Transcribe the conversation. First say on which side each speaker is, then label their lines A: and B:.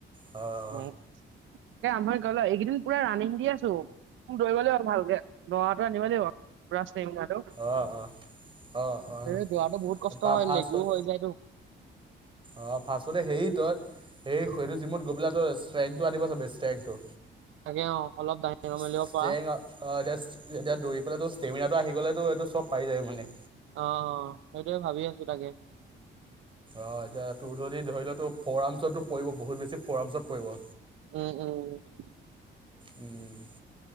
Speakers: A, on the right (about 25°); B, on the right (about 75°).
A: অ। অ'
B: উম এ আমাৰ এইকেইদিন পুৰা ৰাণনিং দি আছো খুব দৌৰিব লাগিব ভালকে দৰাটো আনিব লাগিব পোৰা <unintelligible>
A: অ' অ' অ' অ'
B: এ দৰাটো বহুত কষ্ট
A: পা
B: হয়
A: ফাৰ্ষ্টত
B: লেগু হৈ যায়তো।
A: অ', ফাচততে হেৰি তই সেই শেটো জিমুত গৈ পেলে তই ষ্ট্ৰেংটো আনিব চাবি ষ্ট্ৰেংটো।
B: তাকে অ অলপ দাঙিব
A: ষ্ট্ৰেং
B: মেলিব পৰা
A: অ', এতিয়া দওৰি পেলে ত ষ্টেমিনাটো আহি গ'লেতো সেইতো চব পাই যায় মানে।
B: অ', সেইটোয়ে ভাবি আছো তাকে।
A: অ', এতিয়া তোৰ জদি ধৰি ল টোৰ ফৰামচটো পৰিব বহুত বেছি ফৰামচত পৰিব।
B: উম-উম,
A: উম